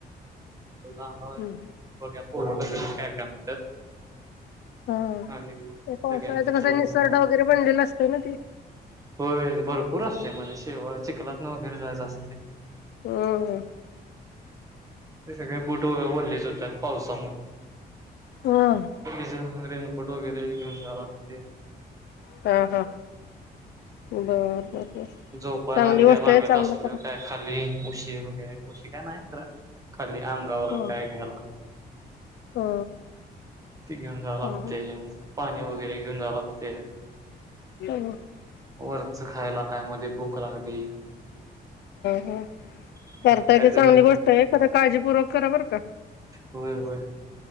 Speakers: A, on the right (about 20°); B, on the left (about 80°).
A: <unintelligible>
B: हं, हा
A: आणि मग
B: पावसाळ्याचा
A: सगळ्यांचं ठरवून
B: कसा निसर्ड वगैरे बनलेला असत ना ते.
A: हो भरपूर असते. म्हणे शेवाळ चिखलात ना वगैरे जायचं असते.
B: अह
A: ते सगळे बुट वलेच होतात पावसामुळे
B: हा
A: सगळे. रेनकोट वगैरे घेऊन जायला लागते.
B: ह हा बर बर बर
A: झोपायला
B: चांगली
A: आणि
B: गोष्ट
A: काय वागच
B: आहे चांगलं
A: असल
B: करा
A: काय खाली <unintelligible> खाली अंगावर
B: हा
A: काय घ्याला.
B: हा
A: ती घेऊन जावं
B: हा
A: लागते. पाणी वगैरे घेऊन जावं लागते.
B: <unintelligible>
A: वरचं खायला काय मध्ये भूक लागली.
B: हा
A: काहीतरी
B: करताय ते चांगली गोष्ट आहे. खरं काळजीपूर्वक करा बर का.
A: होय होय.